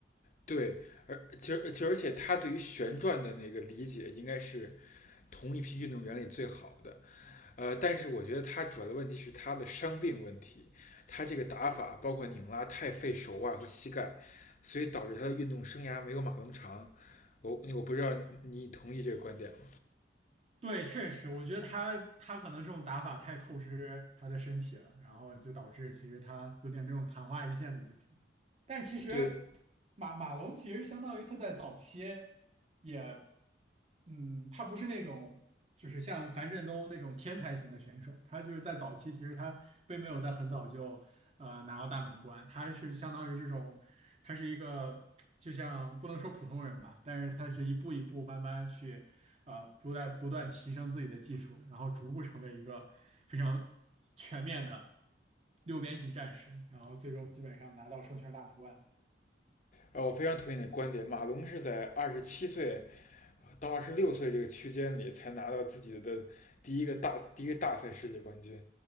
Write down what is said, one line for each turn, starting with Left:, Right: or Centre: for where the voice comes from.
Left: 对，而其实其实而且他对于旋转的那个理解应该是同一批运动员里最好的。呃，但是我觉得他主要的问题是他的伤病问题，他这个打法包括拧拉太费手腕和膝盖，所以导致他的运动生涯没有马龙长。我我不知道你同意这个观点吗？
Right: 对，确实，我觉得他他可能这种打法太透支他的身体了，然后就导致其实他有点这种昙花一现的意思。但其实
Left: 对，
Right: 马马龙其实相当于他在早期也，嗯，他不是那种就是像樊振东那种天才型的选手，他就是在早期其实他并没有在很早就呃拿到大满贯，他是相当于这种，他是一个就像不能说普通人吧，但是他是一步一步慢慢去呃不断不断提升自己的技术，然后逐步成为一个非常全面的。六边形战士，然后最终基本上拿到双圈大满贯。
Left: 呃，我非常同意你的观点。马龙是在二十七岁到二十六岁这个区间里才拿到自己的第一个大第一个大赛世界冠军。